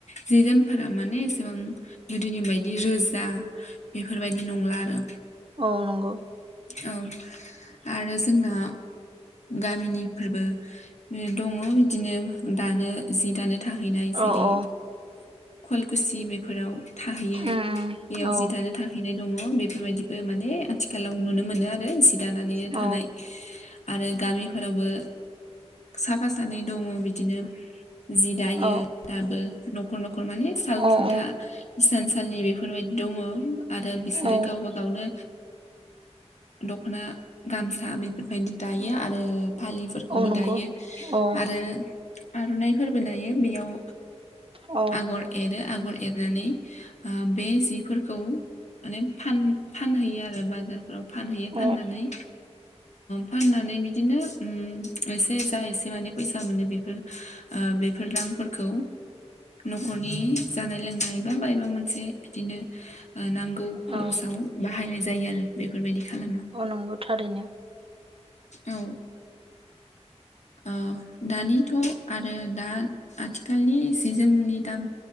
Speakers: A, on the left; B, on the right.
A: जि जोम फोर माने एसेबां गोदोनि बायदि रोजा बेफोरबायदि नंला आरो
B: आ नंगौ
A: औ आरो जोंना गामिनिफोरबो दङ बिदिनो दानो जि दानो थाहैनाय जेरै
B: औ औ
A: खवालकुसि बेफोराव थाहैयो
B: उम
A: बेयाव
B: औ
A: जि थानो थाहैनाय दङ बेफोरबायदिबो माने आथिखाल खेलाव नुनो मोनो आरो जि दानानैनो
B: औ
A: थानाय आरो गामिफोरावबो साफा सानै दङ बिदिनो जि दायो
B: औ
A: दाबो न'खर न'खर माने साल
B: औ
A: खुन्था
B: औ
A: इसानसालिनि बेफोरबायदि दङ आरो बिसोरो
B: औ
A: गावबा गाव गावनो दख'ना गामसा बेफोरबायदि दायो आरो फालिफोरखौबो
B: औ नंगौ
A: दायो
B: औ
A: आरो आर'नाइफोरबो दायो बेयाव
B: औ
A: आगर एरो आगर एरनानै बे जिफोरखौ माने फान फानहैयो आरो बाजारफोराव फानहैयो
B: औ
A: फाननानै फाननानै बिदिनो एसे जा एसे माने फैसा मोनो बेफोर बेफोर रांफोरखौ न'खरनि जानाय लोंनाय बा बायबा मोनसे बिदिनो नांगौ खरसाव
B: औ
A: बाहायनाय जायो आरो बेफोरबायदि खालामा
B: अ नंगौ थारैनो
A: औ औ दानिथ' आरो दा आथिखालनि सि जोमनि दाम